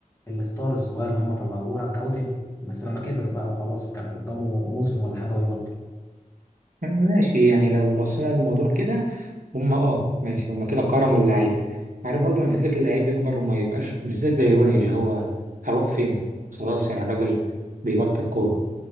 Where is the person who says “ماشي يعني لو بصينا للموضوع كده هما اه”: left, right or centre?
Right